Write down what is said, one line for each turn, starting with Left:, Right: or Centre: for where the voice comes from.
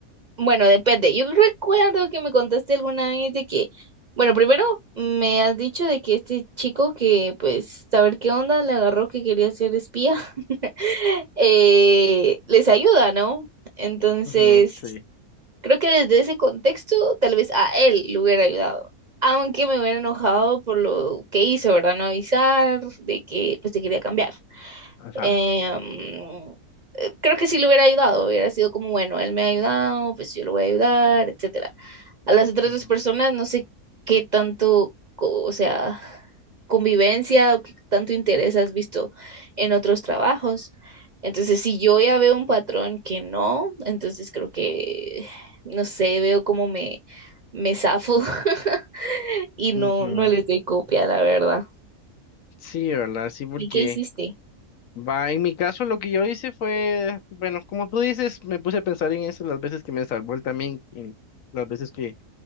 Right: bueno, depende. Yo recuerdo que me contaste alguna vez de que, bueno, primero me has dicho de que este chico que, pues, saber qué onda, le agarró que quería ser espía, <laughs> eh, les ayuda, ¿no? Entonces,
Left: Ujú, sí,
Right: Creo que desde ese contexto tal vez a él le hubiera ayudado, aunque me hubiera enojado por lo que hizo, ¿verdad? No avisar de que pues te quería cambiar.
Left: ajá.
Right: Em, eh, creo que sí le hubiera ayudado, hubiera sido como, bueno, él me ha ayudado, pues yo lo voy a ayudar, etcétera. A las otras
Left: Ujú.
Right: dos personas no sé qué tanto, co- o sea, convivencia o qué tanto interés has visto en otros trabajos. Entonces, si yo ya veo un patrón que no, entonces creo que no sé, veo cómo me, me zafo <laughs> y no,
Left: Ujú,
Right: no les doy copia, la verdad.
Left: Sí, ¿verdad? Sí, porque...
Right: ¿Y qué hiciste?
Left: Va, en mi caso lo que yo hice fue, bueno, como tú dices, me puse a pensar en eso las veces que me salvó él también, en las veces que,